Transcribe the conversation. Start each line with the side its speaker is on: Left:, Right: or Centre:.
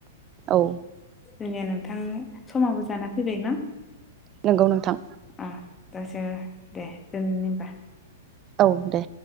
Right: औ
Left: जोंनिया नोंथां समाबो जाना फैबायना।
Right: नंगौ नोंथां
Left: अ दासो दे दोननि होनबा।
Right: औ दे।